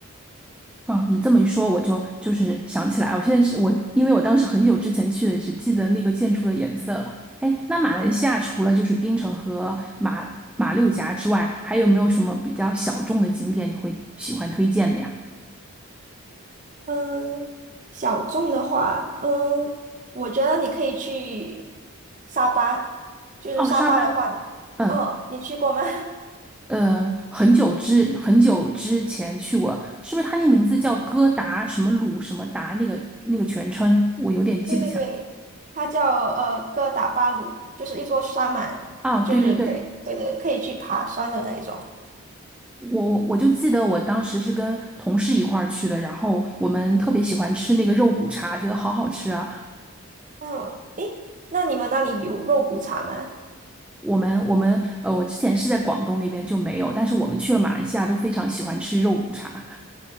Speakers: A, in the centre; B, on the right (about 35°).
A: 啊，你这么一说，我就就是想起来，我现在是我，因为我当时很久之前去的，只记得那个建筑的颜色了。哎，那马来西亚除了就是槟城和马马六甲之外，还有没有什么比较小众的景点你会喜欢推荐的呀？
B: 嗯，小众的话，嗯，我觉得你可以去沙巴，就是沙巴的话，
A: 哦，沙巴。嗯
B: 嗯，你去过吗？<laughs>
A: 呃，很久之很久之前去过，是不是他那名字叫哥达什么鲁什么达那个那个全称，我有点记不起来
B: 对对对，它叫呃哥打巴鲁，就是一座山嘛，
A: 啊。
B: 就是可以，
A: 对对对，
B: 对对，可以去爬山的那一种。
A: 我我我就记得我当时是跟同事一块儿去的，然后我们特别喜欢吃那个肉骨茶，觉得好好吃啊。
B: 嗯，诶，那你们那里有肉骨茶吗？
A: 我们我们呃，我之前是在广东那边就没有，但是我们去了马来西亚都非常喜欢吃肉骨茶。